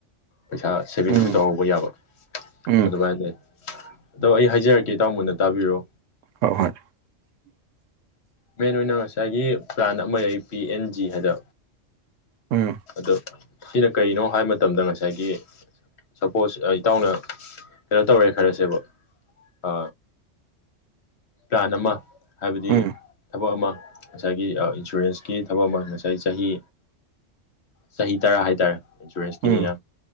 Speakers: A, on the left; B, on the right.
A: ꯄꯩꯁꯥ ꯁꯦꯚꯤꯡꯁꯨ
B: ꯎꯝ
A: ꯇꯧꯍꯧꯕ ꯌꯥꯕ
B: ꯎꯝ
A: ꯑꯗꯨꯃꯥꯏ ꯂꯩ ꯑꯗꯣ ꯑꯩ ꯍꯥꯏꯖꯔꯛꯀꯦ ꯏꯇꯥꯎ ꯃꯨꯟꯅ ꯇꯥꯕꯤꯔꯣ
B: ꯍꯣꯏ ꯍꯣꯏ <inaudible>
A: ꯃꯦꯟ ꯑꯣꯏꯅ ꯉꯁꯥꯏꯒꯤ ꯄ꯭ꯂꯥꯟ ꯑꯃ ꯂꯩ ꯄꯤ ꯑꯦꯟ ꯖꯤ ꯍꯥꯏꯅꯥ
B: ꯎꯝ
A: ꯑꯗꯣ ꯁꯤꯅ ꯀꯔꯤꯅꯣ ꯍꯥꯏꯕ ꯃꯇꯝꯗ ꯉꯁꯥꯏꯒꯤ ꯁꯄꯣꯁ ꯏꯇꯥꯎꯅ ꯀꯩꯅꯣ ꯇꯧꯔꯦ ꯈꯜꯂꯥꯁꯦꯕ ꯑ ꯄ꯭ꯂꯥꯟ ꯑꯃ ꯍꯥꯏꯕꯗꯤ
B: ꯎꯝ
A: ꯊꯕꯛ ꯑꯃ ꯉꯁꯥꯏꯒꯤ ꯏꯟꯁꯨꯔꯦꯟꯁꯀꯤ ꯊꯕꯛ ꯑꯃ ꯉꯁꯥꯏ ꯆꯍꯤ ꯆꯍꯤ ꯇꯔꯥ ꯍꯥꯏꯇꯥꯔꯦ ꯏꯟꯁꯨꯔꯦꯟꯁꯀꯤꯅꯤꯅ
B: ꯎꯝ